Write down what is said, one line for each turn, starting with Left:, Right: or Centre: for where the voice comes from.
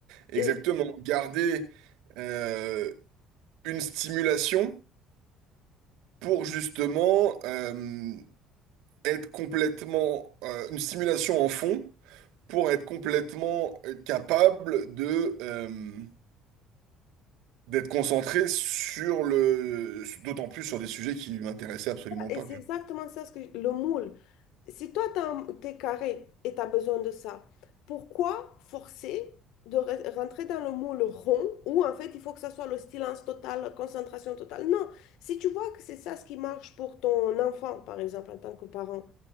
Right: exactement
Left: Et
Right: garder euh, une stimulation pour justement euh, être complètement euh, une stimulation en fond pour être complètement euh, capable de euh, d'être concentré sur le d'autant plus sur des sujets qui m'intéressaient absolument
Left: Et
Right: pas
Left: c'est
Right: quoi.
Left: exactement ça, ce que le moule. Si toi, t'as un- t'es carré et tu as besoin de ça, pourquoi forcer de re- rentrer dans le moule rond où en fait il faut que ça soit le silence total, concentration totale? Non, si tu vois que c'est ça ce qui marche pour ton enfant, par exemple, en tant que parent,